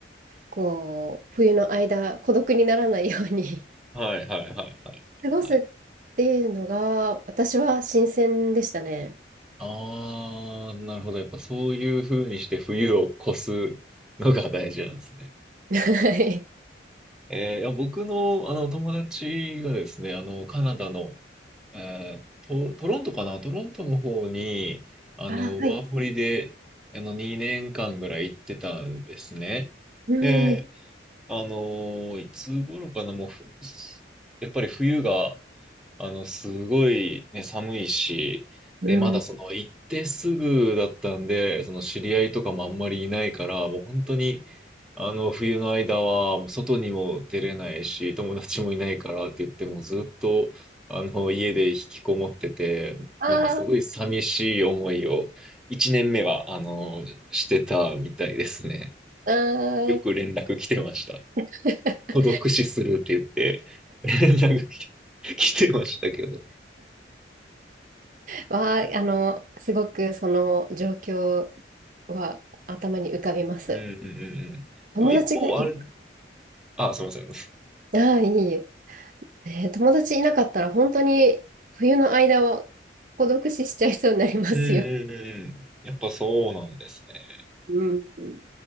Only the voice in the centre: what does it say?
はいはいはいはい。
はい
ああ、なるほど。やっぱそういう風にして冬を越すのが大事なんですね。
えーいや僕の、あの友達がですね、あのカナダのえー、ト、トロントかなトロントの方に、あの、
ワーホリで、
あの、2年間ぐらい行ってたんですね。
で、あのーいつ頃かなもう、ふやっぱり冬があの、すごいね、寒いし、
で、まだその行ってすぐだったんで、その知り合いとかもあんまりいないから、もう本当に、あの、冬の間は、もう外にも出れないし、友達もいないからって言って、もうずっと、あの、家で引きこもってて、
なんかすごい寂しい思いを、一年目は、あの、してたみたいですね。
よく連絡来てました。
孤独死するって言って、連絡来来てましたけど。
うんうんうんうん。
でも一方、あれ、あ、すみません。う
んうんうんうん。やっぱそうなんですね。